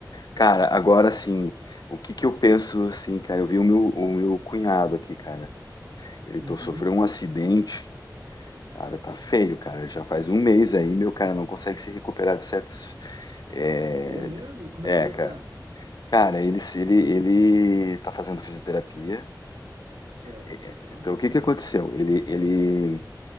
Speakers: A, on the left; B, on the right.
A: Cara, agora sim, o que que eu penso assim, cara? Eu vi o meu, o meu cunhado aqui, cara. Ele
B: Uhum.
A: tô, sofreu um acidente, cara, tá feio, cara. Já faz um mês aí, meu cara, não consegue se recuperar de certos. É,
B: É mesmo?
A: de-
B: Como
A: é,
B: é que ele
A: cara.
B: tá?
A: Cara, ele, se- ele, ele tá fazendo fisioterapia.
B: Certo,
A: É,
B: aham.
A: Então, o que que aconteceu? Ele, ele,